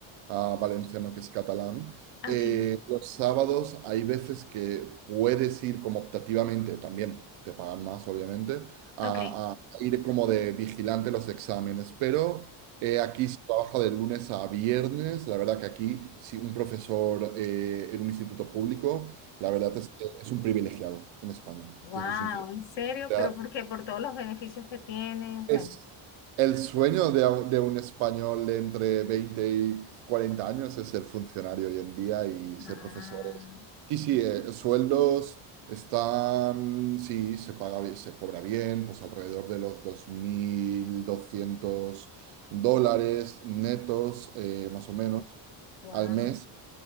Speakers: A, on the right; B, on the left.
A: ah, valenciano, que es catalán,
B: Ah,
A: eh,
B: ok,
A: los sábados hay veces que puedes ir como optativamente, también te pagan más, obviamente, a,
B: ok.
A: a ir como de vigilante los exámenes, pero eh, aquí se trabaja de lunes a viernes, la verdad que aquí, si un profesor eh, en un instituto público la verdad es que es un privilegiado en España,
B: Wow,
A: te soy sincero.
B: ¿en serio?
A: O sea,
B: ¿Pero por qué? Por todos los beneficios que tiene.
A: es
B: Bueno.
A: el sueño de, un- de un español de entre 20 y 40 años es ser funcionario hoy en día y ser
B: Ah,
A: profesores. Y sí, eh, sueldos están, sí, se paga bien, se cobra bien, pues alrededor de los 2.200 dólares netos, eh, más o menos,
B: wow.
A: al mes.